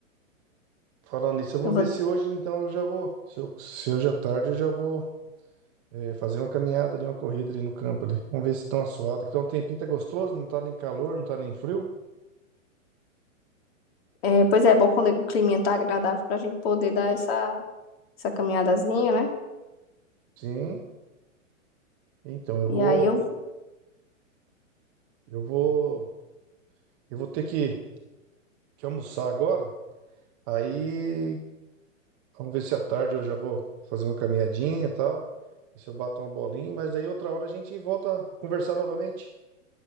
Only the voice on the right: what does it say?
Falando nisso, eu vou
ver se hoje, então, eu já vou. Se, eu, se hoje à tarde, eu já vou eh, fazer uma caminhada ali, uma corrida ali no campo ali. Vamos ver se estão assuados. Então, um tempinho tá gostoso, não tá nem calor, não tá nem frio.
Sim. Então, eu vou,
eu vou, eu vou ter que, que almoçar agora. Aí, vamos ver se à tarde eu já vou fazer uma caminhadinha e tal. Ver se eu bato uma bolinha, mas daí outra hora a gente volta a conversar novamente.